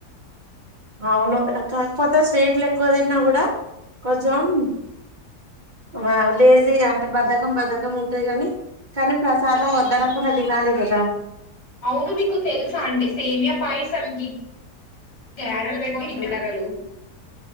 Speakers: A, on the right; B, on the left.
A: అవును కాకపోతే స్వీట్లు ఎక్కువ తిన్నా కూడా కొంచెం ఆ లేజీ అంటే బద్దకం బద్దకం ఉంటాది గాని కానీ ప్రసాదం వద్దనుకున్న దినాలి కదా
B: అవును మీకు తెలుసా అండి సేమ్యా పాయసంకి గారెలు మినప గారెలు